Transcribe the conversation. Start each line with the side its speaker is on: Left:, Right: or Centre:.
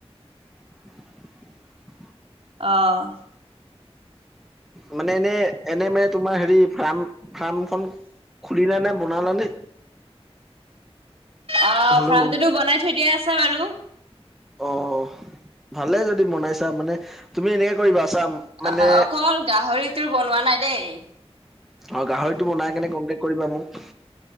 Centre: <inaudible>
Right: অঁ'
Centre: মানে এনেই এনেই মানে তোমাৰ হেৰি ফাৰ্ম ফাৰ্মখন- খুলিলা নে, বনালা নে?
Right: অ',
Centre: হেল্ল'
Right: ফাৰ্মটোতো বনাই থৈ দিয়াই আছে বাৰু।
Centre: অ', ভালে যদি বনাইছা মানে তুমি এনেকে কৰিবা চা মানে
Right: অ-অকল গাহৰিটো বনোৱা নাই দেই।
Centre: অ', গাহৰিটো বনাই কেনে কনটেক কৰিবা মোক।